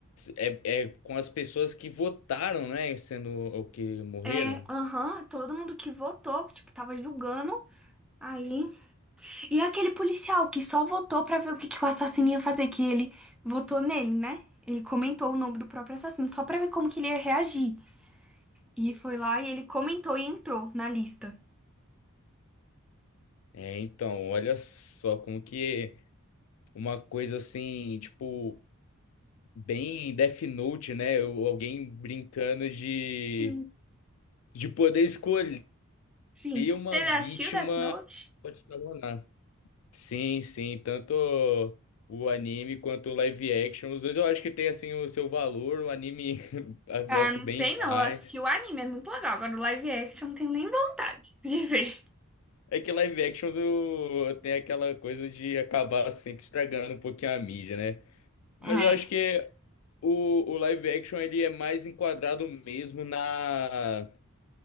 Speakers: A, on the left; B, in the centre.
A: É, é com as pessoas que votaram, né, sendo o que morreram.
B: É, aham, todo mundo que votou, que, tipo, tava julgando. Aí. E aquele policial que só votou pra ver o que que o assassino ia fazer, que ele votou nele, né? Ele comentou o nome do próprio assassino, só pra ver como que ele ia reagir. E foi lá e ele comentou e entrou na lista.
A: É, então, olha só como que uma coisa assim, tipo... bem Death Note, né? Ou Alguém brincando de,
B: Hum,
A: de poder escolher
B: Sim.
A: uma
B: Você
A: vítima
B: já assistiu Death Note?
A: pra te escalonar. Sim, sim, tanto o anime quanto o live action, os dois eu acho que tem assim o seu valor, o anime <laughs> eu
B: Ah,
A: gosto
B: não
A: bem
B: sei não.
A: mais.
B: Eu assisti o anime, é muito legal. Agora o live action, eu não tenho nem vontade <laughs> de ver.
A: É que live action do... tem aquela coisa de acabar sempre estragando um pouquinho a mídia, né? Mas
B: É.
A: eu acho que o, o live action ele é mais enquadrado mesmo na